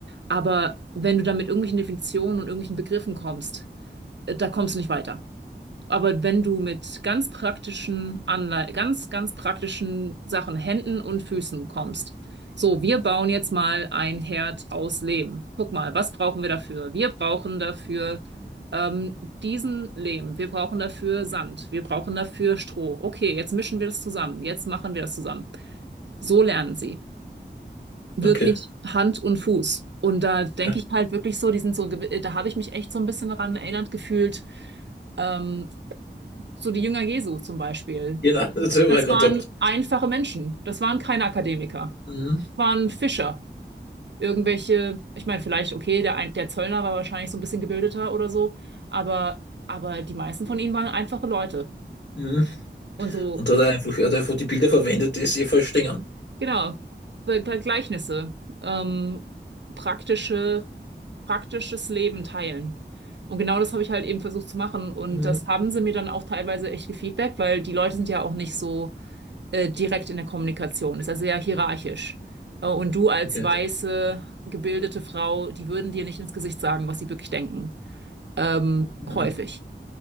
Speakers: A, on the right; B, on the left.
A: Aber wenn du dann mit irgendwelchen Definitionen und irgendwelchen Begriffen kommst, äh, da kommst du nicht weiter. Aber wenn du mit ganz praktischen Anlei ganz, ganz praktischen Sachen, Händen und Füßen kommst, so, wir bauen jetzt mal ein Herd aus Lehm. Guck mal, was brauchen wir dafür? Wir brauchen dafür ähm, diesen Lehm. Wir brauchen dafür Sand. Wir brauchen dafür Stroh. Okay, jetzt mischen wir das zusammen. Jetzt machen wir das zusammen. So lernen sie. Wirklich
B: Okay.
A: Hand und Fuß. Und da denke
B: Ja.
A: ich halt wirklich so, die sind so, gew- da habe ich mich echt so ein bisschen daran erinnert gefühlt. Ähm, so die Jünger Jesu zum Beispiel.
B: Genau, <laughs> das habe ich
A: Das
B: mir gerade
A: waren
B: gedacht.
A: einfache Menschen. Das waren keine Akademiker.
B: Mhm.
A: Das waren Fischer. Irgendwelche, ich meine, vielleicht, okay, der, ein- der Zöllner war wahrscheinlich so ein bisschen gebildeter oder so, aber, aber die meisten von ihnen waren einfache Leute.
B: Mhm.
A: Und so,
B: Und da hat er einfach, er hat einfach die Bilder verwendet, die sie verstehen.
A: genau, Be- Be- Gleichnisse, ähm, praktische, praktisches Leben teilen. Und genau das habe ich halt eben versucht zu machen. Und
B: Mhm.
A: das haben sie mir dann auch teilweise echt gefeedbackt, weil die Leute sind ja auch nicht so äh, direkt in der Kommunikation ist, also sehr hierarchisch. Äh, und du als
B: Okay.
A: weiße, gebildete Frau, die würden dir nicht ins Gesicht sagen, was sie wirklich denken. Ähm,
B: Mhm.
A: häufig.